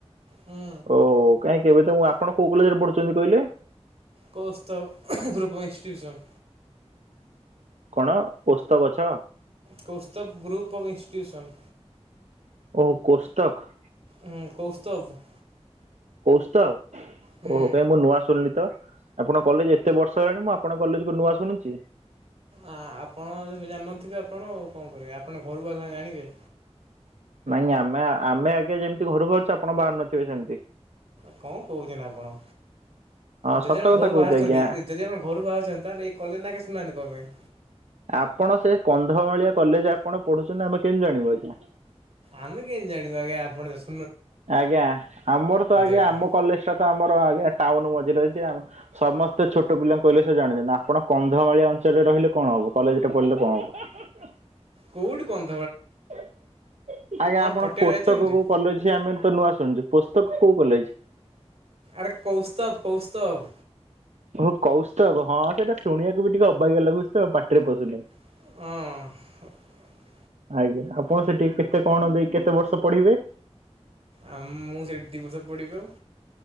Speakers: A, on the right; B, on the right.
A: ହୁଁ
B: ଓ କାଇଁ କେବେ ତ ମୁଁ ଆ ଆପଣ କୋଉ କଲେଜରେ ପଢୁଚନ୍ତି କହିଲେ?
A: Kaustav group of institution.
B: କଣ ଓସ୍ତ ଗଛ?
A: Kaustav group of institution.
B: ଓ କୋସ୍ତକ।
A: ଉଁ କୌସ୍ତବ।
B: କୌସ୍ତବ୍,
A: ହୁଁ
B: ଓହୋ କାଇଁ ମୁଁ ନୂଆ ଶୁଣିଲି ତ। ଆପଣଙ୍କ କଲେଜ ଏତେ ବର୍ଷ ହେଲାଣି, ମୁଁ ଆପଣଙ୍କ କଲେଜକୁ ନୂଆ ଶୁଣୁଚି।
A: ଆ-ଆପଣ ଯେବେ ଜାଣିନଥିବେ ଆପଣ ଆଉ, କଣ କରିବେ? ଆପଣ ଘରୁ ଆଉ କଣ ଜାଣିବେ?
B: ନାଇଁ ଆମେ ଆ-ଆମେ ଆଗେ ଯେମତି ଘରୁ ବାହାରୁଛୁ, ଆପଣ ବାହାରୁ ନଥିବେ ସେମତି।
A: କଣ କହୁଛନ୍ତି ଆପଣ?
B: ହଁ
A: ଯଦି
B: ସତ
A: ଆପଣ
B: କଥା
A: ଘରୁ
B: କହୁଛି
A: ବାହାରୁଛନ୍ତି,
B: ଆଜ୍ଞା।
A: ଯଦି ଆପଣ ଘରୁ ବାହାରୁଛନ୍ତି, ତାହେଲେ ଏଇ କଲେଜ ନାଁ କେ ଶୁଣିନାହାଁନ୍ତି କଣ ପାଇଁ?
B: ଆପଣ ସେ କନ୍ଧମାଳିଆ କଲେଜ ଆପଣ ପଢୁଛନ୍ତି, ଆମେ କେମତି ଜାଣିବୁ ଆଜ୍ଞା।
A: ଆମେ କେମତି ଜାଣିବୁ ଆଜ୍ଞା ଆପଣ ସ
B: ଆଜ୍ଞା। ଆମର ତ ଆଜ୍ଞା,
A: ଏଇଟା?
B: ଆମ କଲେଜଟା ତ ଆମର ଆଗେର ଟାଉନ ମଝିରେ ରହିଛି, ଆମ ସମସ୍ତେ ଛୋଟପିଲାଙ୍କୁ କହିଲେ ସେ ଜାଣିଛନ୍ତି। ଆପଣ କନ୍ଧମାଳିଆ ଅଞ୍ଚଳରେ ରହିଲେ କଣ ହବ? କୋଉ କଲେଜରେ ପଢିଲେ କଣ ହବ?
A: କୋଉଠି କନ୍
B: ଆଜ୍ଞା, ଆପଣ
A: ପଟିଆ
B: ପୋସ୍ତକ
A: ଯାଇଛନ୍ତି?
B: କୋଉ କଲେଜ ଅଛି, ଆମେ ତ ନୂଆ ଶୁଣିଛୁ। ପୋସ୍ତକ, କୋଉ କଲେଜ?
A: ଆରେ କୌସ୍ତବ କୌସ୍ତବ।
B: ଓହୋ କୌସ୍ତବ, ହଁ ସେଇଟା ଶୁଣିବାକୁ ବି ଟିକେ ଅବାଗିଆ ଲାଗୁଚି ତ ପାଟିରେ ପଶୁନେଇ।
A: ହଁ।
B: ଆଜ୍ଞା। ଆପଣ ସେଠି କେତେ କଣ ଦେଇ, କେତେ ବର୍ଷ ପଢିବେ?
A: ଆଉ ମୁଁ ସେଇଠି ଦି ବର୍ଷ ପଡିବି ଆଉ।